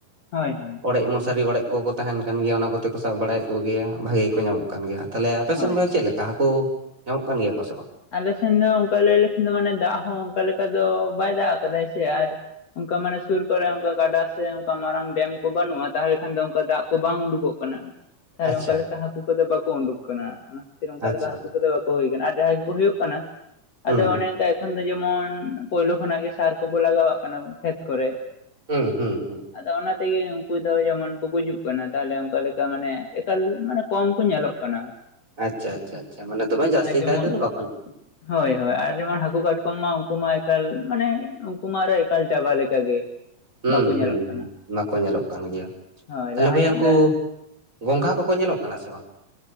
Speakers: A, on the left; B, on the right.
A: ᱦᱳᱭ ᱦᱳᱭ᱾
B: ᱚᱲᱮᱜ ᱢᱚᱥᱟᱨᱤ ᱚᱲᱮᱜ ᱠᱚ ᱠᱚ ᱛᱟᱦᱮᱸᱱ ᱠᱟᱱ ᱜᱮᱭᱟ ᱚᱱᱟ ᱠᱚᱛᱮ ᱠᱚ ᱥᱟᱵ ᱵᱟᱲᱟᱭᱮᱜ ᱠᱚᱜᱮᱭᱟ ᱵᱷᱟᱜᱮ ᱜᱮᱠᱚ ᱧᱟᱢᱚᱜ ᱠᱟᱱ ᱜᱮᱭᱟ᱾ ᱛᱟᱦᱚᱞᱮ ᱟᱯᱮᱥᱮᱱ
A: ᱦᱳᱭ
B: ᱫᱚ ᱥᱮᱜ ᱞᱮᱠᱟ ᱦᱟᱹᱠᱩ ᱧᱟᱢᱚᱜ ᱠᱟᱱ ᱜᱮᱭᱟ ᱠᱚ ᱥᱮ ᱵᱟᱝ?
A: ᱟᱞᱮᱥᱮᱱ ᱫᱚ ᱚᱝᱠᱟ ᱞᱟᱹᱭ ᱞᱮᱠᱷᱟᱱ ᱫᱚ ᱢᱟᱱᱮ ᱫᱟᱜᱽ ᱦᱚᱸ ᱚᱝᱠᱟ ᱞᱮᱠᱟ ᱫᱚ ᱵᱟᱭ ᱫᱟᱜᱽ ᱠᱟᱫᱟᱭ ᱥᱮ ᱟᱨ ᱚᱱᱠᱟ ᱢᱟᱱᱮ ᱥᱩᱨ ᱠᱚᱨᱮ ᱚᱝᱠᱟ ᱜᱟᱰᱟ ᱥᱮ ᱚᱝᱠᱟ ᱢᱟᱨᱟᱝ ᱰᱮᱢ ᱠᱚ ᱵᱟᱹᱱᱩᱜᱼᱟ᱾ ᱛᱟᱦᱚᱞᱮ ᱠᱷᱟᱱ ᱫᱚ ᱚᱝᱠᱟ ᱫᱟᱜᱽ ᱠᱚ ᱵᱟᱝ ᱩᱰᱩᱠᱚᱜ ᱠᱟᱱᱟ᱾ ᱛᱟᱦᱚᱞᱮ
B: ᱟᱪᱪᱷᱟ
A: ᱚᱱᱠᱟ ᱞᱮᱠᱟ ᱦᱟᱹᱠᱩ ᱠᱚᱫᱚ ᱵᱟᱠᱚ ᱩᱰᱩᱠ ᱠᱟᱱᱟ᱾ ᱚᱱᱟ ᱠᱷᱟᱹᱛᱤᱨ ᱚᱱᱠᱟ
B: ᱟᱪᱪᱷᱟ
A: ᱞᱮᱠᱟ ᱦᱟᱹᱠᱩ
B: ᱟᱪᱪᱷᱟ
A: ᱠᱚᱫᱚ ᱵᱟᱠᱚ ᱦᱩᱭ ᱠᱟᱱᱟ ᱟᱨ ᱡᱟᱦᱟᱸᱭ ᱠᱚ ᱠᱩ ᱦᱩᱭᱩᱜ ᱠᱟᱱᱟ
B: ᱦᱩᱸ
A: ᱟᱫᱚ ᱚᱱᱮ
B: ᱦᱩᱸ
A: ᱚᱝᱠᱟ ᱮᱠᱷᱚᱱ ᱫᱚ ᱡᱮᱢᱚᱱ ᱯᱳᱭᱞᱳ ᱠᱷᱚᱱᱟᱜ ᱜᱮ ᱥᱟᱨ ᱠᱚᱵᱚ ᱞᱟᱜᱟᱣᱟᱜ ᱠᱟᱱᱟ ᱵᱚᱱ ᱠᱷᱮᱛ ᱠᱚᱨᱮ᱾
B: ᱦᱩᱸ ᱦᱩᱸ ᱦᱩᱸ᱾
A: ᱟᱫᱚ ᱚᱱᱟ ᱛᱮᱜᱮ ᱩᱱᱠᱩ ᱫᱚ ᱡᱮᱢᱚᱱ ᱠᱚ ᱜᱩᱡᱩᱜ ᱠᱟᱱᱟ᱾ᱛᱟᱦᱚᱞᱮ ᱚᱱᱠᱟ ᱞᱮᱠᱟ ᱢᱟᱱᱮ ᱮᱠᱟᱞ ᱢᱟᱱᱮ ᱠᱚᱢ ᱠᱚ ᱧᱮᱞᱚᱜ ᱠᱟᱱᱟ᱾
B: ᱟᱪᱪᱷᱟ ᱟᱪᱪᱷᱟ ᱟᱪᱪᱷᱟ ᱢᱟᱱᱮ ᱫᱚᱢᱮ ᱡᱟᱹᱥᱛᱤ
A: ᱟᱨ ᱡᱮᱢᱚᱱ
B: ᱠᱟᱭ ᱛᱮᱫᱚ ᱵᱟᱠᱚ ᱧᱟᱢᱚ
A: ᱦᱳᱭ ᱦᱳᱭ ᱟᱨ ᱡᱮᱢᱚᱱ ᱦᱟᱹᱠᱩ ᱠᱟᱴᱠᱚᱢ ᱮᱠᱷᱚᱱ ᱢᱟ ᱩᱱᱠᱩᱢᱟ ᱮᱠᱟᱞ ᱢᱟᱱᱮ ᱩᱱᱠᱩᱢᱟ ᱟᱨ ᱮᱠᱟᱞ ᱪᱟᱵᱟ ᱞᱮᱠᱟ ᱜᱮ᱾
B: ᱦᱩᱸ
A: ᱵᱟᱠᱚ
B: ᱦᱩᱸ
A: ᱧᱮᱞᱚᱜ ᱠᱟᱱᱟ
B: ᱦᱩᱸ ᱚᱱᱟᱠᱚ ᱧᱮᱞᱚᱜ ᱠᱟᱱ ᱜᱮᱭᱟ᱾
A: ᱦᱳᱭ
B: ᱛᱟᱦᱚᱞᱮ
A: ᱞᱟᱦᱟ
B: ᱵᱚᱭᱦᱟ
A: ᱧᱚᱜ
B: ᱩᱱᱠᱩ
A: ᱫᱚ
B: ᱜᱚᱝᱜᱷᱟ ᱠᱚᱠᱚ ᱧᱮᱞᱚᱜ ᱠᱟᱱᱟ ᱥᱮ ᱵᱟᱝ?